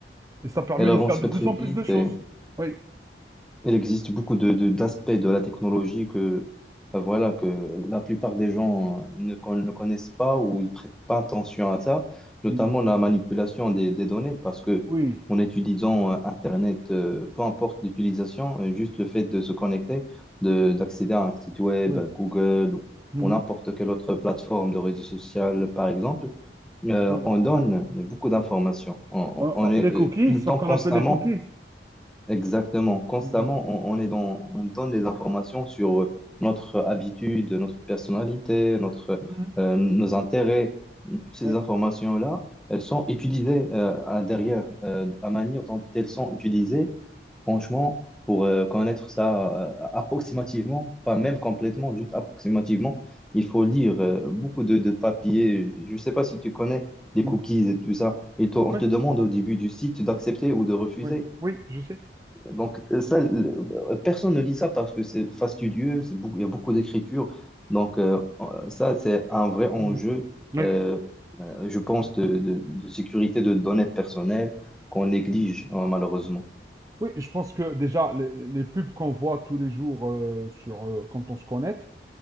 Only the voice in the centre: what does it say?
Elle avancerait
très
vite
et
Il existe beaucoup de, de- d'aspects de la technologie que, euh, voilà, que la plupart des gens euh, ne, con- ne connaissent pas ou ils prêtent pas attention à ça, notamment
la manipulation des, des données, parce que
en utilisant euh, Internet, euh, peu importe l'utilisation, euh, juste le fait de se connecter, de, d'accéder à un site web,
à Google ou,
ou n'importe quelle autre plateforme de réseau social, par exemple, euh,
on donne beaucoup d'informations. On,
on
est
euh,
tout
le temps
constamment
Exactement. Constamment,
on, on est dans, on donne des informations sur euh, notre habitude, notre personnalité, notre,
euh, nos intérêts. Toutes ces
informations-là, elles sont utilisées euh, à- derrière. Euh, la manière dont elles sont utilisées, franchement, pour euh, connaître ça euh, approximativement, pas même complètement, juste approximativement, il faut lire euh, beaucoup de, de papiers. Je ne sais pas si tu connais des
cookies et tout ça. Et t- on
te demande au début du site d'accepter ou de refuser.
Donc, euh, ça, le- euh, personne ne lit ça parce que c'est fastidieux, c'est beaucoup, il y a beaucoup d'écriture. Donc, euh, euh, ça, c'est un vrai enjeu,
euh, euh, je pense, de, de- de sécurité de données personnelles qu'on néglige, euh, malheureusement.